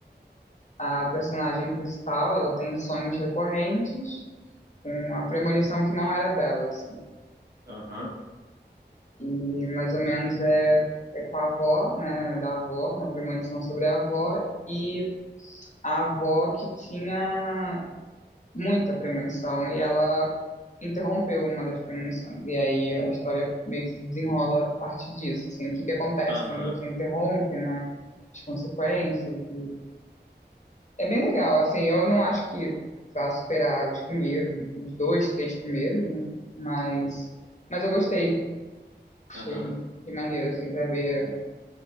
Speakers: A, on the left (about 40°); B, on the right (about 65°).
A: A personagem principal, ela tem sonhos recorrentes, com a premonição que não era dela, assim.
B: aham,
A: E mais ou menos é, é com a avó, né, da avó, uma premonição sobre a avó, e a avó que tinha muita premonição, e ela interrompeu uma das premonições. E aí a história meio que se desenrola a partir disso, assim, o que que acontece
B: aham,
A: quando você interrompe, né, as consequências, e É bem legal, assim, eu não acho que vá superar os primeiros, os dois, três primeiros, né? Mas, mas eu gostei, achei,
B: aham.
A: achei maneiro, assim, pra ver,